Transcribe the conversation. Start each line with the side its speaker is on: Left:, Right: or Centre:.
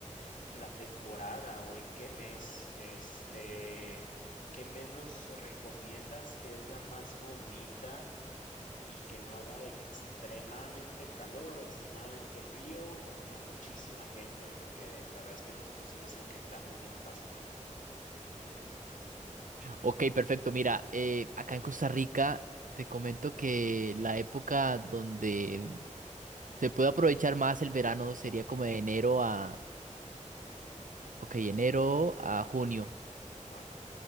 Left: la temporada o en qué mes, este, qué mes nos recomiendas que es la más bonita y que no haga de que extremadamente calor o extremadamente frío o que haya muchísima gente, porque la verdad es que nosotros sí nos engentamos bien fácil.
Right: Ok, perfecto. Mira, eh, acá en Costa Rica te comento que la época donde se puede aprovechar más el verano sería como de enero a, ok, enero a junio.
Left: Ajá.